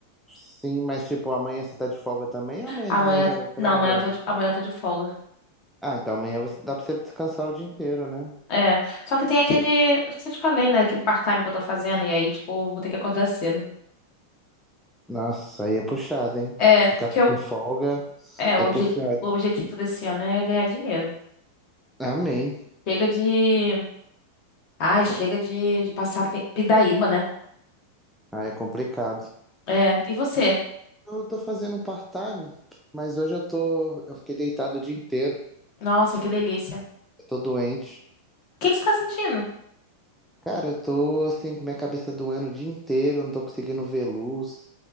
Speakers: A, in the centre; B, on the left.
A: sim, mas tipo, amanhã você tá de folga também? Amanhã
B: Amanhã.
A: de manhã já tá trabalhando.
B: Não, amanhã eu tô de, amanhã eu tô de folga.
A: Ah, então amanhã você, dá pra você descansar o dia inteiro, né?
B: É. Só que tem aquele. Não sei se eu te falei, né? Aquele part-time que eu tô fazendo. E aí, tipo, eu vou ter que acordar cedo.
A: Nossa, aí é puxado, hein?
B: É,
A: Ficar
B: porque
A: sem
B: eu.
A: folga
B: É, o,
A: é
B: obje,
A: puxado.
B: o objetivo desse ano é ganhar dinheiro.
A: Amém.
B: Chega de. Ai, chega de, de passar pe- pindaíba, né?
A: Ah, é complicado.
B: É. E você?
A: Eu tô fazendo um part-time, mas hoje eu tô. Eu fiquei deitado o dia inteiro.
B: Nossa, que delícia.
A: Eu tô doente.
B: O que que você tá sentindo?
A: Cara, eu tô assim com minha cabeça doendo o dia inteiro, não tô conseguindo ver luz,